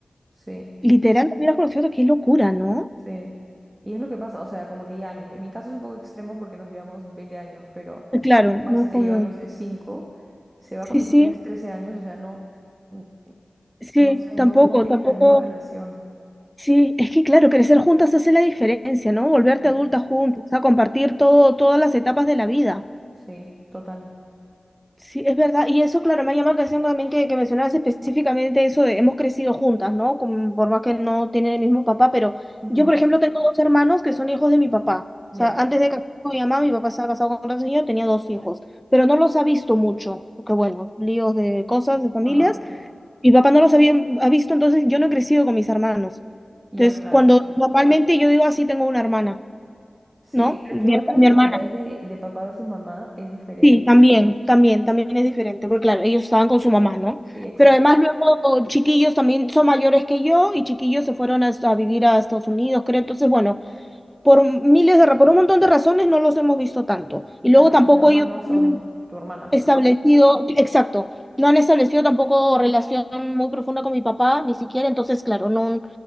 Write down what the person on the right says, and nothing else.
Sí,
sí. Y es lo que pasa, o sea, como que ya, en mi caso es un poco extremo porque nos llevamos 20 años, pero...
Igual
si
te
llevas, no sé, cinco, se va
cuando
tú tienes 13 años, o sea, no, n-
no sé,
no, no tienes
la misma relación.
Ey,
Sí, total.
Ujú,
Ya,
ajá,
ya,
claro.
Sí,
pero
es que igual
creo
que
cuando es de, de papá versus mamá es diferente.
Sí, exacto.
Claro,
tus hermanos
son
tu hermana.
<laughs>